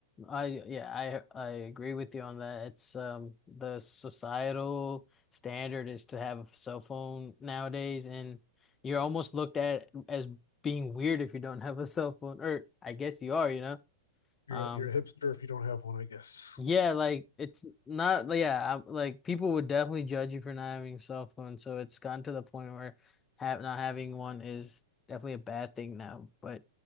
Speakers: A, on the left (about 20°); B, on the left (about 80°).
A: I yeah, I I agree with you on that. It's um the societal standard is to have a cell phone nowadays and you're almost looked at as being weird if you don't have a cell phone. Or I guess you are, you know.
B: You're
A: Um
B: a, you're a hipster if you don't have one, I guess.
A: Yeah, like it's not like, yeah, i like people would definitely judge you for not having a cell phone, so it's gotten to the point where have not having one is definitely a bad thing now, but